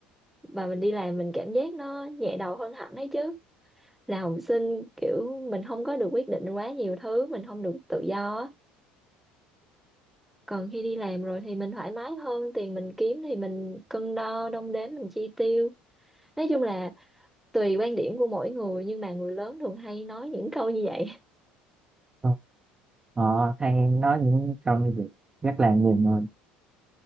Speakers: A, in the centre; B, on the right.
A: mà mình đi làm mình cảm giác nó nhẹ đầu hơn hẳn đấy chứ là học sinh kiểu mình không có được quyết định quá nhiều thứ mình không được tự do á còn khi đi làm rồi thì mình thoải mái hơn tiền mình kiếm thì mình cân đo đong đếm mình chi tiêu nói chung là tùy quan điểm của mỗi người nhưng mà người lớn thường hay nói những câu như vậy <laughs>
B: ờ, ờ, hay nói những câu như vậy rất là nhiều người